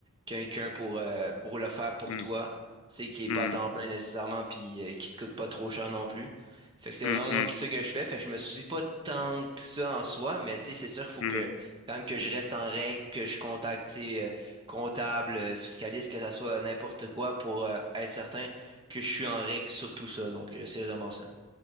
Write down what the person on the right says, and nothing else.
quelqu'un pour, euh, pour le faire pour
toi, tu sais, qui est
pas à temps plein nécessairement, puis euh, qui te coûte pas trop cher non plus. Fait que c'est
vraiment
moi qui- ce que je fais, fait que je me soucie pas tant que ça en soi, mais tu sais, c'est sûr qu'il faut
que quand même que je reste en règle, que je contacte, tu sais, euh, comptable, euh, fiscaliste, que ça soit n'importe quoi pour euh, être certain que je suis en règle sur tout ça. Donc, euh, c'est vraiment ça.